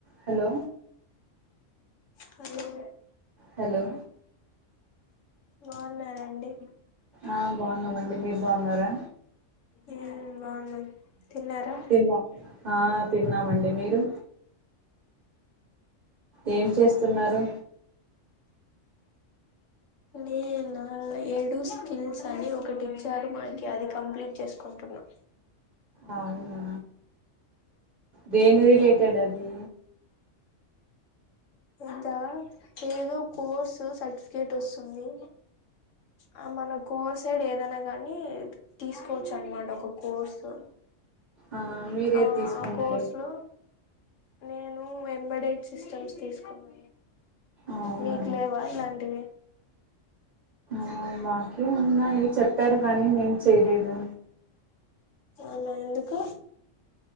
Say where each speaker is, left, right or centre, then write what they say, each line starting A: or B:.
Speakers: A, on the right; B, on the left.
A: హలో
B: హలో
A: హలో
B: బాగున్నారా అండి
A: ఆ బాగున్నామండి మీరు బాగున్నారా
B: మ్మ్ బాగున్నాం తిన్నారా
A: తిన్నాం ఆ తిన్నామండి మీరు ఏం చేస్తున్నారు
B: నేనా ఏడు స్కిల్స్ అని ఒకటి ఇచారూ మాకి అది కంప్లీట్ చేసుకుంటున్నా
A: అవునా దేని రిలేటెడ్ అది
B: ఇదా ఏదో కోర్సు సర్టిఫికేట్ వస్తుంది ఆ మన కోర్ సైడ్ ఏదైనా గాని తీసుకోవచ్చు అన్మాట ఒక కోర్సు
A: ఆ మీరే
B: ఆ
A: తీసుకున్నారు
B: కోర్సు నేను వెంబడే ఇచ్ సిస్టమ్స్ తీసుకున్నా
A: అవునా
B: మీకు లేవా ఇలాంటివి
A: ఆ మాకీ ఉన్నాయి చెప్పారు కానీ నేను చేయలేదు
B: అలా ఎందుకు